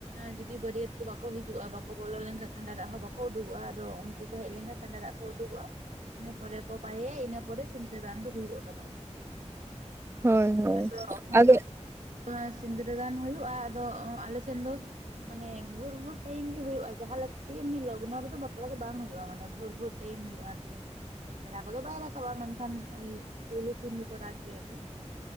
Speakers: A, on the right (about 85°); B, on the right (about 20°).
A: ᱡᱩᱫᱤ ᱵᱟᱹᱨᱭᱟᱹᱛ ᱠᱚ ᱵᱟᱠᱚ ᱦᱤᱡᱩᱜᱼᱟ ᱵᱟᱠᱚ ᱵᱚᱞᱚ ᱞᱮᱱᱠᱷᱟᱱᱡ ᱠᱷᱟᱸᱰᱟ ᱫᱟᱜ ᱦᱚᱸ ᱵᱟᱠᱚ ᱩᱰᱩᱠᱚᱜᱼᱟ ᱟᱫᱚ ᱩᱱᱠᱩ ᱦᱮᱡ ᱞᱮᱱᱠᱷᱟᱡ ᱠᱷᱟᱸᱰᱟ ᱫᱟᱜ ᱠᱚ ᱩᱰᱩᱠᱚᱜᱼᱟ ᱤᱱᱟᱹ ᱯᱚᱨᱮ ᱠᱚ ᱵᱟᱭᱟᱮᱭᱟ ᱤᱱᱟᱹ ᱯᱚᱨᱮ ᱥᱤᱫᱽᱨᱟᱹ ᱫᱟᱱ ᱫᱚ ᱦᱩᱭᱩᱜ ᱟᱠᱟᱫᱟ
B: ᱦᱳᱭ ᱦᱳᱭ
A: ᱟᱫᱚ ᱠᱷᱟᱱ
B: ᱟᱫᱚ
A: ᱫᱚ ᱥᱤᱸᱫᱽᱨᱟᱹᱫᱟᱱ ᱦᱩᱭᱩᱜᱼᱟ ᱟᱫᱚ ᱟᱞᱮ ᱥᱮᱫ ᱫᱚ ᱢᱟᱱᱮ ᱵᱷᱳᱨ-ᱵᱷᱳᱨ ᱴᱟᱭᱤᱢ ᱜᱮ ᱦᱩᱭᱩᱜᱼᱟ ᱡᱟᱦᱟᱸ ᱞᱮᱠᱟ ᱞᱚᱜᱽᱱᱚ ᱨᱮᱫᱚ ᱵᱟᱯᱞᱟ ᱫᱚ ᱵᱟᱝ ᱦᱩᱭᱩᱜᱼᱟ ᱢᱟᱱᱮ ᱵᱷᱳᱨ-ᱵᱷᱳᱨ ᱴᱟᱭᱤᱢ ᱦᱩᱭᱩᱜᱼᱟ ᱟᱨᱠᱤ ᱵᱮᱲᱟ ᱠᱚᱫᱚ ᱵᱟᱭ ᱨᱟᱠᱟᱵᱟ ᱢᱮᱱᱠᱷᱟᱱ ᱚᱭ ᱯᱩᱭᱞᱩ ᱥᱤᱢ ᱫᱚᱠᱚ ᱨᱟᱜ ᱜᱮᱭᱟ ᱠᱚ